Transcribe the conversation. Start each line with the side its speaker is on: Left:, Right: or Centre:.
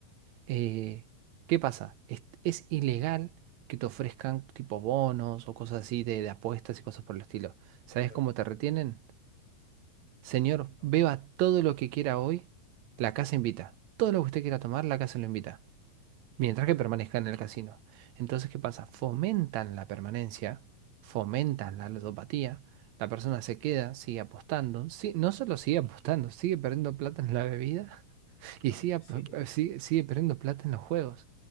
Right: eh, ¿qué pasa? Es, es ilegal que te ofrezcan tipo bonos o cosas así de, de apuestas y cosas por el estilo. ¿Sabes
Left: claro,
Right: cómo te retienen? Señor,
Left: no,
Right: beba
Left: ni idea.
Right: todo lo que quiera hoy, la casa invita. Todo lo que usted quiera tomar, la casa lo invita mientras
Left: Claro.
Right: que permanezcan en el casino. Entonces, ¿qué pasa? Fomentan la permanencia, fomentan la ludopatía, la persona se queda, sigue apostando, sí, no solo sigue apostando, sigue perdiendo plata en la bebida <laughs>
Left: No,
Right: y sigue,
Left: es que
Right: ap-
Left: sí,
Right: eh, sigue, sigue perdiendo plata en los juegos.